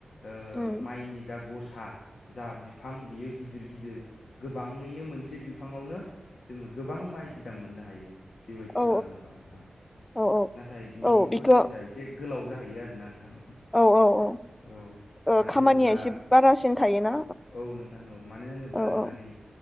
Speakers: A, on the left; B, on the left.
A: ओ
B: उम
A: माइनि जा गस साहा जा बिफां बियो गिदिर गिदिर गोबाङैनो मोनसे बिफाङावनो जोङो गोबां माइ बिदां मोननो हायो बेबायदि
B: औ
A: खालामोबा नोंथां
B: औ औ
A: नाथाय बिनि
B: औ
A: प्रसेसा
B: बेखौ
A: एसे गोलाव जाहैयो आरोना उहु
B: औ औ औ
A: औ
B: ओ
A: मानो
B: खामानिया
A: होनोब्ला
B: एसे बारासिन थायोना
A: औ नोंथां औ मानो होनोब्ला
B: औ
A: जोंहा
B: औ
A: नै